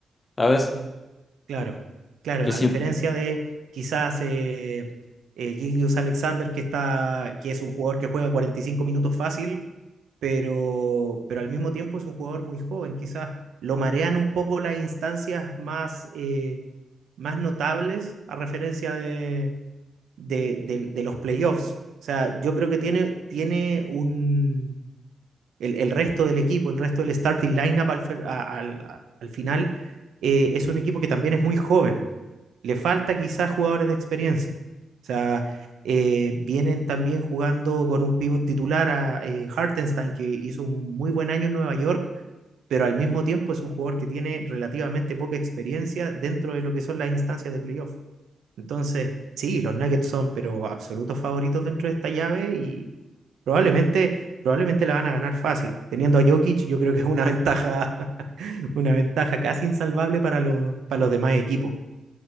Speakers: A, on the left (about 30°); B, on the right (about 85°).
A: ¿sabes?
B: claro, claro.
A: ¿Qué
B: A
A: siento?
B: diferencia de quizás eh, Gildius Alexander, que está, que es un jugador que juega 45 minutos fácil, pero, pero al mismo tiempo es un jugador muy joven. Quizás lo marean un poco las instancias más, eh, más notables a referencia de, de, de, de los playoffs. O sea, yo creo que tiene, tiene un, el, el resto del equipo, el resto del starting lineup al, al, al final, eh, es un equipo que también es muy joven. Le falta quizás jugadores de experiencia. O sea, eh, vienen también jugando con un pivot titular a eh, Hartenstein, que hizo un muy buen año en Nueva York, pero al mismo tiempo es un jugador que tiene relativamente poca experiencia dentro de lo que son las instancias de playoff. Entonces, sí, los Nuggets son, pero absolutos favoritos dentro de esta llave y probablemente, probablemente la van a ganar fácil. Teniendo a Jokic, yo creo que es una ventaja, <laughs> una ventaja casi insalvable para los, para los demás equipos.